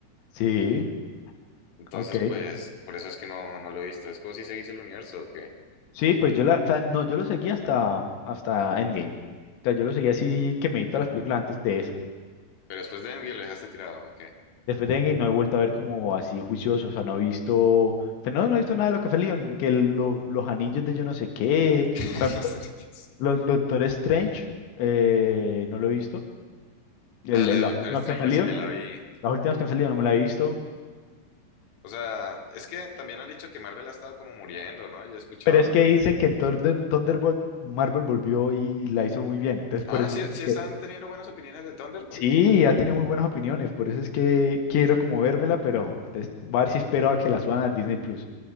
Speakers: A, on the left (about 80°); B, on the left (about 50°).
A: sí,
B: Entonces,
A: ok.
B: pues, por eso es que no, no lo he visto. Es como si seguís el universo o qué.
A: Sí, pues yo la, o sea, no, yo lo seguí hasta, hasta Endgame. O sea, yo lo seguí así que me vi todas las películas antes de eso.
B: Pero después de Endgame lo dejaste tirado, ¿o qué?
A: Después de Endgame no he vuelto a ver como así juicioso, o sea, no he visto, o sea, no, no he visto nada de lo que fue Leon, que lo- los anillos de yo no sé qué,
B: <laughs>
A: por ejemplo,
B: No sabía eso.
A: los
B: <laughs>
A: Doctor Strange, eh, no lo he visto, El-
B: Ah, la
A: el-
B: de
A: las
B: Doctor
A: últimas
B: Strange
A: que han salido,
B: yo sí me la vi.
A: las últimas que han salido no me la he visto,
B: O sea, es que también han dicho que Marvel ha estado como muriendo, ¿no? Yo he escuchado.
A: pero es que dicen que en Thunder, Thunderbolt Marvel volvió y la hizo muy bien, entonces
B: Ah,
A: por eso
B: sí,
A: como
B: sí
A: que
B: están teniendo buenas opiniones de Thunderbolt.
A: Sí, ha tenido muy buenas opiniones, por eso es que quiero como vérmela, pero entonces voy a ver si espero a que la suban a Disney Plus.